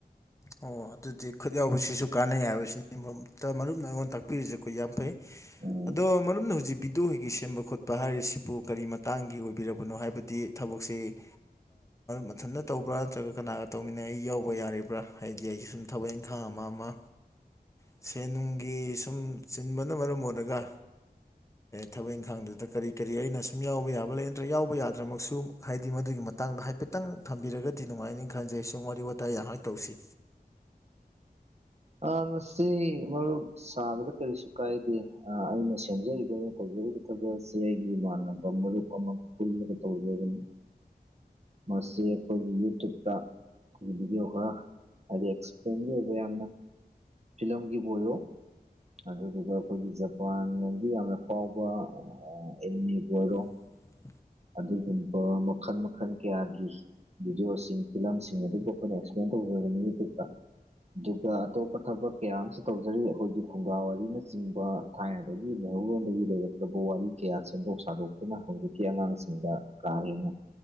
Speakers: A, on the left; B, on the right.
A: ꯑꯣ ꯑꯗꯨꯗꯤ ꯈꯨꯠ ꯌꯥꯎꯕꯁꯤꯁꯨ ꯀꯥꯟꯅꯩ ꯍꯥꯏꯕꯁꯤꯅꯤ ꯃ__ ꯇ ꯃꯔꯨꯞꯅ ꯑꯩꯉꯣꯟꯗ ꯇꯥꯛꯄꯤꯔꯤꯁꯦ ꯑꯩꯉꯣꯟꯗ ꯌꯥꯝ ꯐꯩ
B: ꯎꯝ
A: ꯑꯗꯣ ꯃꯔꯝꯅ ꯍꯧꯖꯤꯛ ꯚꯤꯗꯤꯑꯣ ꯍꯒꯤ ꯁꯦꯝꯕ ꯈꯣꯠꯄ ꯍꯥꯏꯔꯤꯁꯤꯕꯨ ꯀꯔꯤ ꯃꯇꯥꯡꯒꯤ ꯑꯣꯏꯕꯤꯔꯕꯅꯣ ꯍꯥꯏꯕꯗꯤ ꯊꯕꯛꯁꯤꯨꯞ ꯃꯊꯟꯇ ꯇꯧꯕ꯭ꯔꯥ ꯅꯠꯇ꯭ꯔꯒ ꯀꯅꯥꯒ ꯇꯧꯃꯤꯟꯅꯩ ꯑꯩ ꯌꯥꯎꯕ ꯌꯥꯔꯤꯕ꯭ꯔꯥ ꯍꯥꯏꯗꯤ ꯑꯩꯁꯨ ꯁꯨꯝ ꯊꯕꯛ ꯏꯪꯈꯥꯡ ꯑꯃ ꯑꯃ ꯁꯦꯟ ꯅꯨꯡꯒꯤ ꯁꯨꯝ ꯆꯤꯟꯕꯅ ꯃꯔꯝ ꯑꯣꯏꯔꯒ ꯊꯕꯛ ꯏꯪꯈꯥꯡꯗꯨꯗ ꯀꯔꯤ ꯀꯔꯤ ꯑꯩꯅ ꯁꯨꯝ ꯌꯥꯎꯕ ꯌꯥꯕ ꯂꯩ ꯅꯠꯇ꯭ꯔ ꯌꯥꯎꯕ ꯌꯥꯗ꯭ꯔꯃꯛꯁꯨ ꯍꯥꯏꯗꯤ ꯃꯗꯨꯒꯤ ꯃꯇꯥꯡꯗ ꯍꯥꯏ ꯍꯥꯏꯐꯦꯠꯇꯪ ꯊꯝꯕꯤꯔꯒꯗꯤ ꯅꯨꯡꯉꯥꯏꯅꯤ ꯈꯟꯖꯩ ꯁꯨꯝ ꯋꯥꯔꯤ ꯋꯥꯇꯥꯏ ꯉꯥꯢꯍꯥꯛ ꯇꯧꯁꯤ
B: ꯑ ꯃꯁꯤ ꯃꯔꯨꯞ ꯁꯥꯕꯗ ꯀꯔꯤꯁꯨ ꯀꯥꯏꯗꯦ ꯑꯩꯅ ꯁꯦꯝꯖꯔꯤꯕ ꯑꯩꯅ ꯇꯧꯖꯔꯤꯕ ꯊꯕꯛ ꯑꯁꯤ ꯑꯩꯒꯤ ꯏꯃꯥꯟꯅꯕ ꯃꯔꯨꯞ ꯑꯃꯒ ꯄꯨꯜꯂꯒ ꯇꯧꯖꯕꯅꯤ ꯃꯁꯤ ꯑꯩꯈꯣꯏꯒꯤ ꯌꯨꯇꯕꯇ ꯒꯤ ꯚꯤꯗꯤꯑꯣ ꯈꯔ ꯍꯥꯏꯗꯤ ꯑꯦꯛꯁꯄꯦꯟꯗꯤ ꯑꯣꯏꯕ ꯌꯥꯝꯅ ꯐꯤꯂꯝꯒꯤꯕꯨ ꯑꯣꯏꯔꯣ ꯑꯗꯨꯗꯨꯒ ꯑꯩꯈꯣꯏꯒꯤ ꯖꯄꯥꯟꯝꯒꯤ ꯌꯥꯝꯅ ꯐꯥꯎꯕ ꯑꯦꯅꯤꯃꯦꯕꯨ ꯑꯣꯏꯔꯣ
A: <inaudible>
B: ꯑꯗꯨꯒꯨꯝꯕ ꯃꯈꯜ ꯃꯈꯜ ꯀꯌꯥꯒꯤ ꯚꯤꯗꯤꯑꯣꯁꯤꯡ ꯐꯤꯂꯝꯁꯤꯡ ꯑꯗꯨꯕꯨ ꯑꯩꯈꯣꯏꯅ ꯑꯦꯛꯁꯄ꯭ꯂꯦꯟ ꯇꯧꯖꯕꯅꯤ ꯌꯨꯇꯨꯕꯇ ꯑꯗꯨꯒ ꯑꯇꯣꯞꯄ ꯊꯕꯛ ꯀꯌꯥ ꯑꯃꯁꯨ ꯇꯧꯖꯔꯤ ꯑꯩꯈꯣꯏꯒꯤ ꯐꯨꯡꯒꯥ ꯋꯥꯔꯤꯔꯤꯅꯆꯤꯡꯕ ꯊꯥꯏꯅꯗꯒꯤ ꯃꯩꯍꯧꯔꯣꯟꯗꯒꯤ ꯂꯩꯔꯛꯂꯕ ꯋꯥꯔꯤ ꯀꯌꯥ ꯁꯦꯝꯗꯣꯛ ꯁꯥꯗꯣꯛꯇꯨꯅ ꯍꯧꯖꯤꯛꯀꯤ ꯑꯉꯥꯡꯁꯤꯡꯗ ꯀꯥꯍꯦꯟꯅꯥ